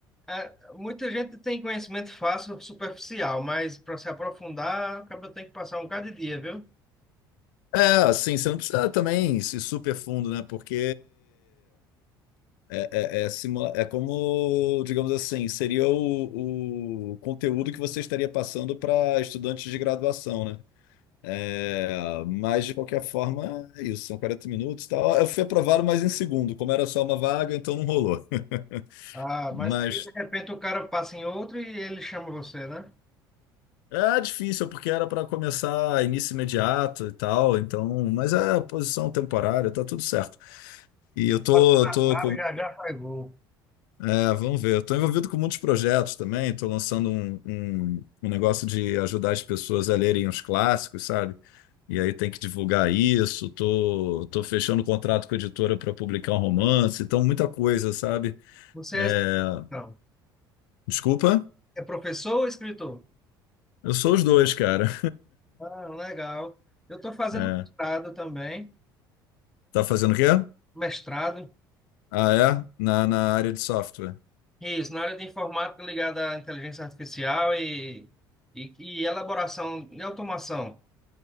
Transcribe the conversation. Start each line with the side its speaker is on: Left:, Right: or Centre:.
Centre: É, muita gente tem conhecimento fácil, superficial, mas para se aprofundar, acaba tem que passar um bocado de dia, viu?
Left: É, assim, você não precisa também se super fundo, né? Porque é, é, é, simula- é como, digamos assim, seria o, o conteúdo que você estaria passando para estudantes de graduação, né? É, mas, de qualquer forma, é isso, são 40 minutos e tal. Eu fui aprovado, mas em segundo. Como era só uma vaga, então não rolou. <laughs>
Centre: Ah,
Left: Mas
Centre: mas aí de repente o cara passa em outro e ele chama você, né?
Left: é difícil, porque era para começar início imediato e tal, então, mas é posição temporária, tá tudo certo. E eu tô,
Centre: Bateu na
Left: eu tô
Centre: trave, já já faz gol.
Left: É, vamos ver. Estou envolvido com muitos projetos também. Estou lançando um, um, um negócio de ajudar as pessoas a lerem os clássicos, sabe? E aí tem que divulgar isso. Estou tô, tô fechando contrato com a editora para publicar um romance. Então, muita coisa, sabe?
Centre: Você
Left: É,
Centre: é, não,
Left: Desculpa,
Centre: é professor ou escritor?
Left: eu sou os dois, cara.
Centre: Ah, legal. Eu estou fazendo
Left: É,
Centre: mestrado também,
Left: Tá fazendo o quê?
Centre: mestrado,
Left: Ah, é? Na, na área de software.
Centre: isso, na área de informática ligada à inteligência artificial e, e, e elaboração e automação,